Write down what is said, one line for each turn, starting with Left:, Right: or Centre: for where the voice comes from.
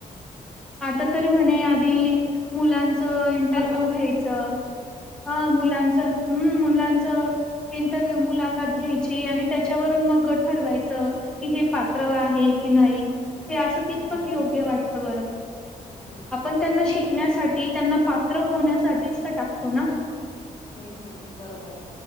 Centre: आता तर म्हणे आधी मुलां तर इंटरव्हू
Left: का हं,
Centre: घेईल. हा मुलांचं, हम्म मुलांच इंटरव्ह्यू मुलाखत घेईल ची आणि त्याच्यावरून मग ठरवायच की हे पात्र आहे की नाही. हे असं
Left: हं,
Centre: कितपत
Left: हं,
Centre: योग्य वाटतं बरं?
Left: हं.
Centre: आपण त्यांना
Left: नाही
Centre: शिकण्यासाठी त्यांना पात्र होण्यासाठीच टाकतो ना?
Left: हम हम बरोबर आहे